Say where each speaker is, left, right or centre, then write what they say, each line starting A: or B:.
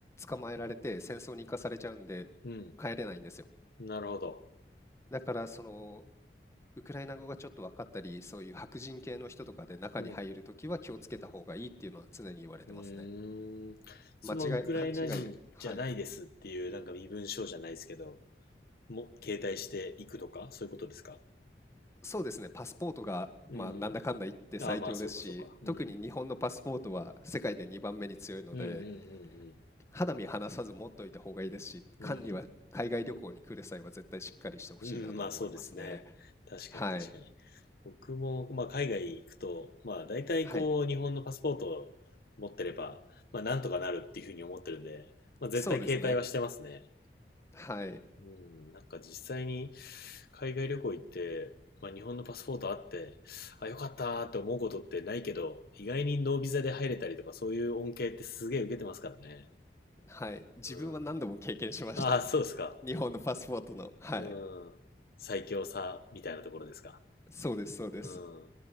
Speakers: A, on the left; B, on the left.
A: 捕まえられて戦争に行かされちゃうんで、
B: うん。
A: 帰れないんですよ。
B: なるほど。
A: だからそのウクライナ語がちょっと分かったり、そういう白人系の人とかで中に入るときは気をつけた方がいいっていうのは常に言われてますね。
B: うん、うん。うーん。そのウクライナ人じゃないですっていう、
A: 間違い、勘違いで。はい。
B: なんか身分証じゃないですけど、も、携帯していくとか、そういうことですか
A: そうですね、パスポートが、
B: うん、
A: まあ、
B: うん。
A: なんだかんだ言って最強ですし、
B: ああ、まあ、そうか、そうか。うん。
A: 特に日本のパスポートは世界で2番目に強いので、
B: うん、うん、
A: 肌身離さず持っといた方がいいですし、
B: うん、
A: 管には海外旅行に来る際は絶対しっかりしてほしいなと思いますね。
B: うん。うん。うん、まあそうですね。確かに確かに。
A: はい。
B: 僕も、まあ、海外行くと、まあ大体こう日本のパスポートを持ってれば、
A: はい。
B: まあなんとかなるっていうふうに思ってるんで、まあ絶対携帯はしてますね。
A: そうですね。はい。
B: うん、なんか実際に海外旅行行って、まあ日本のパスポートあって、あ、よかったーって思うことってないけど、意外にノービザで入れたりとかそういう恩恵ってすげえ受けてますからね。
A: はい。自分は何度も経験しましたね。
B: うん。ああ、そうですか。
A: <laughs> 日本のパスポートの。はい。
B: うん。最強さみたいなところですか。
A: そうですそうです。
B: うん。